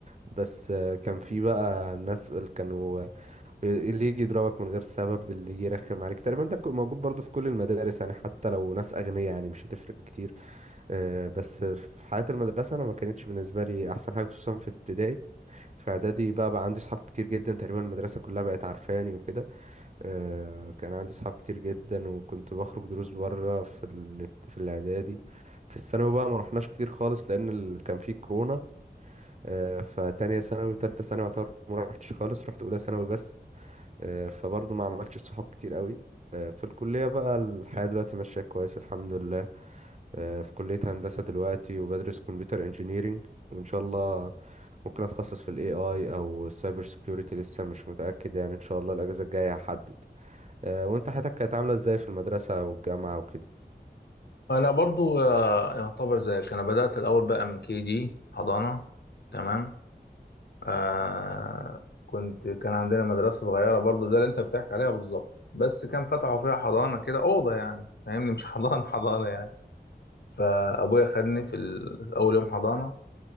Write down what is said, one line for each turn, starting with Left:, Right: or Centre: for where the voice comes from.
Right: بس آه، كان في بقى ناس اللي كانوا اللي يجي يضربك من غير سبب اللي يجي يرخم عليك تقريبا ده كان موجود برضو في كل المدارس يعني حتى لو ناس أغنياء يعني مش هتفرق كتير آه، بس في حياة المدرسة أنا ما كانتش بالنسبة لي أحسن حاجة خصوصا في ابتدائي في إعدادي بقى بقى عندي صحاب كتير جدا تقريبا المدرسة كلها بقت عارفاني وكده آه، كان عندي صحاب كتير جدا وكنت بخرج دروس بره في ال... في الاعدادي في الثانوي بقى ما رحناش كتير خالص لان ال... كان في كورونا آه، فتانية ثانوي وتالتة ثانوي يعتبر ما رحتش خالص رحت اولى ثانوي بس آه، فبرضه ما عملتش صحاب كتير قوي آه، في الكلية بقى الحياة دلوقتي ماشية كويس الحمد لله آه، في كلية هندسة دلوقتي وبدرس كمبيوتر انجينيرينج وإن شاء الله ممكن أتخصص في ال AI أو السايبر سيكيورتي لسه مش متأكد يعني إن شاء الله الأجازة الجاية هحدد آه، وانت حياتك كانت عاملة ازاي في المدرسة والجامعة وكده
Left: انا برضو آه، يعتبر زيك انا بدأت الاول بقى من كي جي حضانة تمام آه كنت كان عندنا مدرسة صغيرة برضو زي اللي انت بتحكي عليها بالظبط بس كان فتحوا فيها حضانة كده أوضة يعني فاهمني مش <laughs> حضانة حضانة يعني فأبويا خدني في ال- أول يوم حضانة